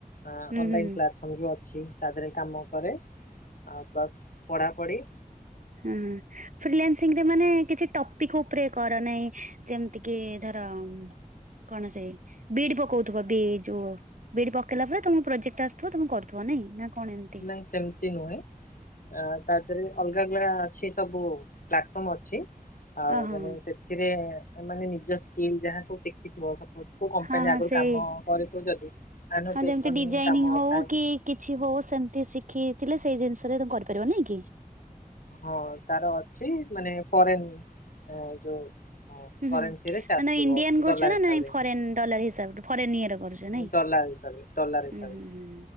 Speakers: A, on the left; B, on the right.
A: ଆଁ
B: ହୁଁ
A: ଅନଲାଇନ
B: ହୁଁ
A: ପ୍ଲାଟ୍ ଫମ୍ ଯୋଉ ଅଛି ତା ଧେରେ କାମ କରେ ଆଉ ପ୍ଲସ୍ ପଢା ପଢି।
B: ହୁଁ ଫ୍ରିଲ୍ୟାସିଂରେ ମାନେ କିଛି ଟପ୍ ପିଖ୍ ଉପରେ କର ନାଇଁ ଯେମତି କି ଧର ଉଁ କଣ ସେଇ ବିଡି ପକଉଥିବା ବି ଯୋଉ ବିଡି ପକେଇଲା ପରେ ତମୁକୁ ପ୍ରୋଜେକ୍ଟ ଆସୁଥୁବ ତମେ କରୁଥୁବ ନାଇଁ ନା କଣ ଏମିତି
A: ନାଇଁ ସେମିତି ନୁହେଁ ଆ ତା ଧେରେ ଅଲଗା ଅଲଗା ଅଛି ସବୁ ପ୍ଲାଟଫମ୍ ଅଛି ଆଉ
B: ଓହୋ
A: ମାନେ ସେ ଥିରେ ଏ ମାନେ ନିଜ ସ୍ କିଲ୍ ଯାହା ସବୁ ଦେଖିଥିବ ସପୋଜ୍ କୋଉ କମ୍ପାନୀରେ
B: ହଁ ହଁ
A: ଆଗୁରୁ
B: ସେଇ
A: କାମ କରିଥିବ ଯଦି ଆନୁ
B: ହଁ
A: ଟେସନିଂ
B: ଯେମିତି ଡିଜାଇନିଂ
A: କାମଥାଏ।
B: ହଉ କି କିଛି ହଉ ସେମିତି ଶିଖିଥିଲେ ସେଇ ଜିନିଷରେ ତ କରିପାରିବ ନାଇଁ କି।
A: ହଁ ତାର ଅଛି ମାନେ ଫରେନ ଯୋଉ
B: ହୁଁ ହୁଁ
A: କରେନ୍ସିରେ ସେ
B: ମାନେ
A: ଆସିବ
B: ଇଣ୍ଡିଆନ୍ କରୁଛ
A: ଡଲାର
B: ନା
A: ହିସାବରେ।
B: ନାଇ ଫରେନ ଡଲାର ହିସାବରେ ଫରେନ ଇଏର କରୁଛ ନାଇଁ।
A: ଡଲାର ହିସାବରେ ଡଲାର ହିସାବରେ
B: ଉୁଁ ହୁଁ ହୁଁଁ